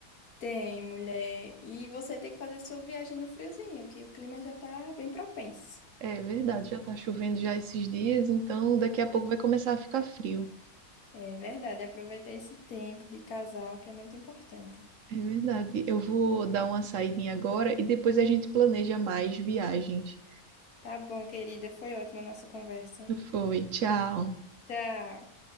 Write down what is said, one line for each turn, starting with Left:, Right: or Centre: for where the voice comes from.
Left: Tem, mulher. E você tem que fazer sua viagem no friozinho, que o clima já tá bem propenso.
Right: É verdade, já tá chovendo já esses dias, então daqui a pouco vai começar a ficar frio.
Left: É verdade, aproveitar esse tempo de casal que é muito importante.
Right: É verdade. Eu vou dar uma saída agora e depois a gente planeja mais viagens.
Left: Tá bom, querida, foi ótima a nossa conversa.
Right: Foi, tchau.
Left: Tchau.